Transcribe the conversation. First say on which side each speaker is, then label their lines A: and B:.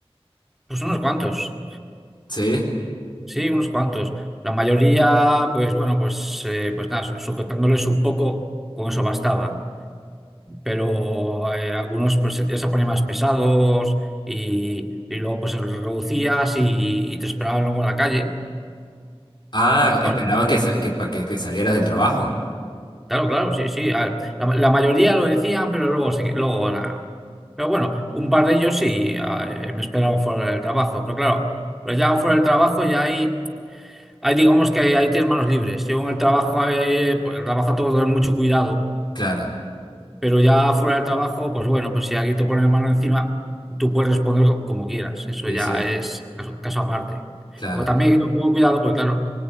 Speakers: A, in the centre; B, on the left.
A: pues, unos cuantos,
B: Sí.
A: sí, unos cuantos. La mayoría, pues bueno, pues, eh, pues nada, sujetándoles un poco, con eso bastaba. pero eh, algunos pues ya se ponían más pesados y, y luego pues reducías y, y te esperaban luego en la calle.
B: Ah,
A: Bueno,
B: esperaban que, sa- que, pa- que que salieras del trabajo.
A: claro, claro, sí, sí. a- La, la mayoría lo decían, pero luego, se, luego nada. Pero bueno, un par de ellos sí a- eh, me esperaban fuera del trabajo. Pero claro, pues ya fuera del trabajo ya hay, hay digamos que hay, tienes manos libres. Yo en el trabajo, eh, pues, el trabajo todo es mucho cuidado.
B: Claro.
A: Pero ya fuera del trabajo, pues bueno, pues si alguien te pone la mano encima, tú puedes responder co- como quieras. Eso
B: Sí,
A: ya
B: sí,
A: es caso, caso aparte.
B: claro.
A: Porque también hay que tener un poco de cuidado, porque claro,